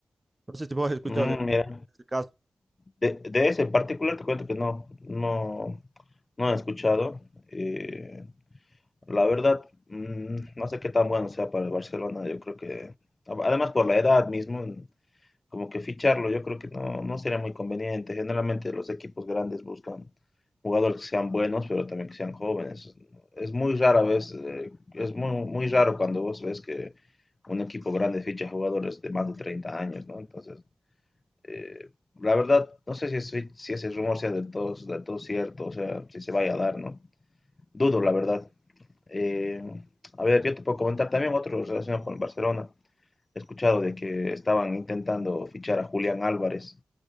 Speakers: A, on the right; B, on the left.
A: No sé si vos has escuchado
B: Mm,
A: de,
B: mira,
A: de ese caso.
B: de, de ese en particular te cuento que no, no, no he escuchado. Eh, la verdad, mm, no sé qué tan bueno sea para el Barcelona. Yo creo que, además por la edad mismo, como que ficharlo, yo creo que no, no sería muy conveniente. Generalmente los equipos grandes buscan jugadores que sean buenos, pero también que sean jóvenes. Es muy rara vez, eh, es muy, muy raro cuando vos ves que un equipo grande ficha jugadores de más de 30 años, ¿no? Entonces, eh, la verdad, no sé si, es- fi- si ese rumor sea del todo, del todo cierto, o sea, si se vaya a dar, ¿no? Dudo, la verdad. Eh, a ver, yo te puedo comentar también otro relacionado con el Barcelona. He escuchado de que estaban intentando fichar a Julián Álvarez,